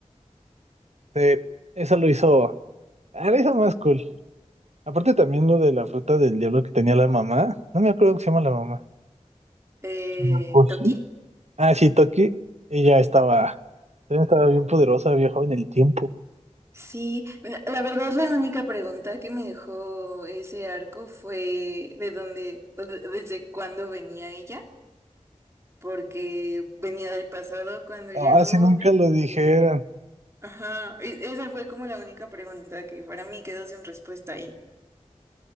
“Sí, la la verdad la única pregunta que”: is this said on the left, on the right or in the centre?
Right